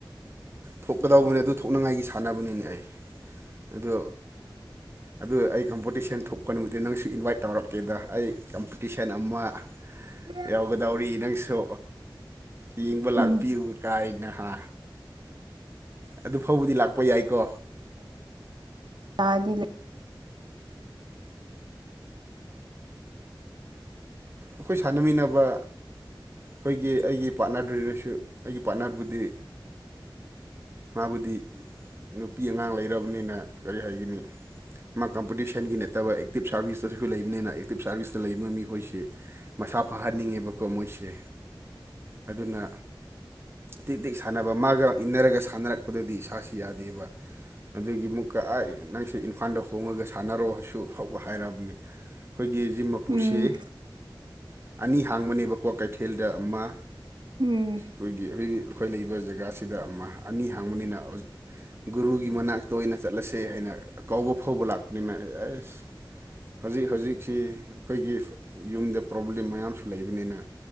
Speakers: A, on the right (about 30°); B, on the right (about 65°).
A: ꯊꯣꯛꯀꯗꯧꯕꯅꯦ ꯑꯗꯨ ꯊꯣꯛꯅꯤꯡꯉꯥꯏꯒꯤ ꯁꯥꯟꯅꯕꯅꯤꯅꯦ ꯑꯩ ꯑꯗꯨ
B: <inaudible>
A: ꯑꯗꯨ ꯑꯩ ꯀꯝꯄꯇꯤꯁꯟ ꯊꯣꯛꯄ ꯅꯨꯃꯤꯠꯇꯤ ꯅꯪꯁꯨ ꯏꯟꯚꯥꯏꯠ ꯇꯧꯔꯛꯀꯦꯗ ꯑꯩ ꯀꯝꯄꯤꯇꯤꯁꯟ ꯑꯃ
B: <inaudible>
A: ꯌꯥꯎꯒꯗꯧꯔꯤ ꯅꯪꯁꯨ ꯌꯦꯡꯕ
B: ꯎꯝ
A: ꯂꯥꯛꯄꯤꯌꯨ ꯀꯥꯏꯅ ꯍꯥ ꯑꯗꯨ ꯐꯥꯎꯕꯗꯤ ꯂꯥꯛꯄ ꯌꯥꯏꯀꯣ
B: <unintelligible> ꯂꯩ
A: ꯑꯈꯣꯏ ꯁꯥꯟꯅꯃꯤꯟꯅꯕ ꯈꯣꯏꯒꯤ ꯑꯩꯒꯤ ꯄꯥꯔꯠꯅꯔꯗꯨꯔꯁꯨ ꯑꯩꯒꯤ ꯄꯥꯔꯠꯅꯔꯕꯨꯗꯤ ꯃꯥꯕꯨꯗꯤ ꯅꯨꯄꯤ ꯑꯉꯥꯡ ꯂꯩꯔꯕꯅꯤꯅ ꯀꯔꯤ ꯍꯥꯏꯒꯅꯤ ꯃꯥ ꯀꯝꯄꯇꯤꯁꯟꯒꯤ ꯅꯠꯇꯕ ꯑꯦꯛꯇꯤꯞ ꯁꯥꯔꯚꯤꯁꯇꯁꯨ ꯂꯩꯕꯅꯤꯅ ꯑꯦꯛꯇꯤꯞ ꯁꯥꯔꯚꯤꯁꯇ ꯂꯩꯕ ꯃꯤꯈꯣꯏꯁꯤ ꯃꯁꯥ ꯐꯍꯟꯅꯤꯡꯉꯦꯕꯀꯣ ꯃꯣꯏꯁꯦ ꯑꯗꯨꯅ ꯇꯤꯛ ꯇꯤꯛ ꯁꯥꯟꯅꯕ ꯃꯥꯒ ꯏꯟꯅꯔꯒ ꯁꯥꯟꯅꯔꯛꯄꯗꯗꯤ ꯏꯁꯥꯁꯤ ꯌꯥꯗꯦꯕ ꯑꯗꯨꯒꯤ ꯃꯨꯛꯀ ꯑꯥ ꯅꯪꯁꯦ ꯏꯝꯐꯥꯟꯗ ꯍꯣꯡꯉꯒ ꯁꯥꯟꯅꯔꯣꯁꯨ ꯐꯥꯎꯕ ꯍꯥꯏꯔꯕꯅꯤ ꯈꯣꯏꯒꯤ ꯖꯤꯝ ꯃꯄꯨꯁꯤ
B: ꯎꯝ
A: ꯑꯅꯤ ꯍꯥꯡꯕꯅꯦꯕ ꯀ꯭ꯋꯥꯀꯩꯊꯦꯜꯗ ꯑꯃ
B: ꯎꯝ
A: ꯈꯣꯏꯒꯤ ꯑꯩꯈꯣꯏꯒꯤ ꯑꯈꯣꯏ ꯂꯩꯕ ꯖꯒꯥꯁꯤꯗ ꯑꯃ ꯑꯅꯤ ꯍꯥꯡꯕꯅꯤꯅ ꯒꯨꯔꯨꯒꯤ ꯃꯅꯥꯛꯇ ꯑꯣꯏꯅ ꯆꯠꯂꯁꯦ ꯍꯥꯏꯅ ꯀꯧꯕ ꯐꯥꯎꯕ ꯂꯥꯛꯄꯅꯤꯅ ꯑꯦꯁ ꯍꯧꯖꯤꯛ ꯍꯧꯖꯤꯛꯁꯤ ꯑꯩꯈꯣꯏꯒꯤ ꯌꯨꯝꯗ ꯄ꯭ꯔꯣꯕ꯭ꯂꯦꯝ ꯃꯌꯥꯝꯁꯨ ꯂꯩꯕꯅꯤꯅ